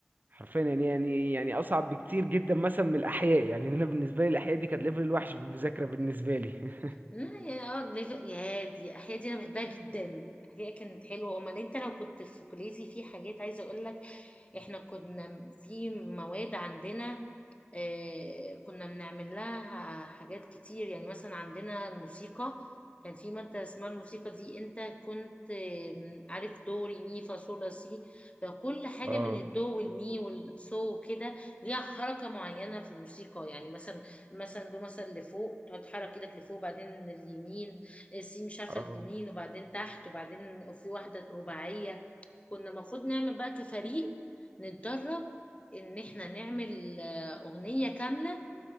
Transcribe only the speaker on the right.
حرفيا يعني يعني يعني أصعب بكتير جدا مثلا من الأحياء يعني أنا بالنسبة لي الأحياء دي كانت ليفل الوحش في المذاكرة بالنسبة لي <laughs>
اه
اه